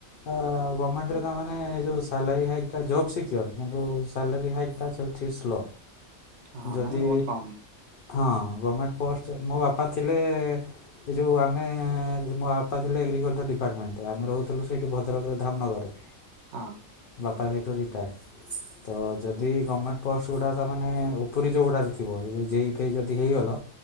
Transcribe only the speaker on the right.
ହୁଁ।
ହଁ
ମାନେ ବହୁତ କମ
ହଁ